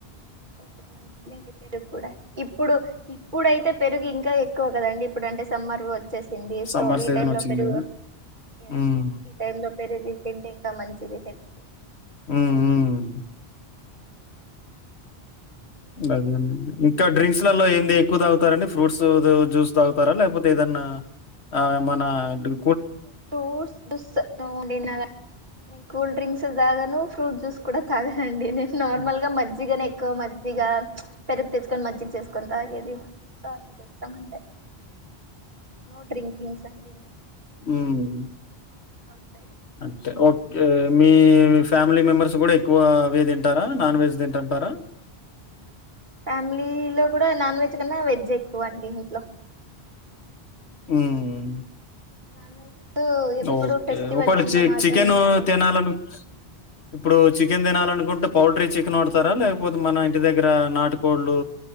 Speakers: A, on the right; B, on the left.
A: హెల్త్క్ మంచిదిలేండి పెరుగు కూడా ఇప్ ప్పుడు ఇప్పుడైతే పెరుగు ఇంకా ఎక్కువ కదండి ఇప్పుడు అంటే సమ్మర్ వచ్చేస్ సింది
B: సమ్మర్
A: సో ఈ
B: సీజన్
A: టైం
B: వచ్చింది
A: లో పెరుగు
B: గదా!
A: ఎస్
B: హ్మ్.
A: ఎస్ ఈ టైంలో పెరుగు తింటే ఇంకా మంచి ది హెల్త్క్
B: ఉమ్ ఉమ్ అదే అండి ఇంకా డ్రింక్స్ లలో ఏంది ఎక్కువ్ తాగ్తారండి ఫ్రూట్స్ ద్ జ్యూస్ తాగుతారా లేకపోతే ఏదనా నా ఆ మన డ్రు
A: ఫ్రూట్స్ జ్యూస్ నోఅండి నా ద నేన్ కూల్ డ్రింక్స్ తాగాను ఫ్రూట్ జ్యూస్ కూడా తాగానండి నేన్ నార్మల్గా
B: హ్మ్.
A: మజ్జిగనే ఎ ఎక్కో మజ్జిగా పెరుగ్ తెచ్కోన్ మజ్జిగ్ చేస్కోన్ తాగేది సో అట్లా చేస్తామంతే నో డ్రింకింగ్స్ అండి మేమ్
B: మ్మ్
A: అవుతయ్
B: అంతె ఓకే మీ ఫ్యామిలీ మెంబెర్స్ గూడా ఎక్కువ అవే తింటారా నాన్ వెేజ్ తింటా టరా
A: ఫ్యామిలీ లో కూడా నాన్ వెజ్ కన్నా వెజ్ ఎక్కువ అండి ఇంట్లో
B: ఉమ్
A: నాన్ వెజ్ ఎప్పుడు
B: ఓకే
A: ఫెస్టివల్
B: ఒకవేళ
A: టైమ్
B: చి
A: లో మాత్రమే
B: చికెన్
A: నాన్ వెజ్
B: తినాలను ఇప్పుడు చి చికెన్ తినాలనుకుంటే పౌల్ట్రీ చికెన్ వాడతారా లేకపోతే మన ఇంటి దగ్గర నాటుకోళ్లు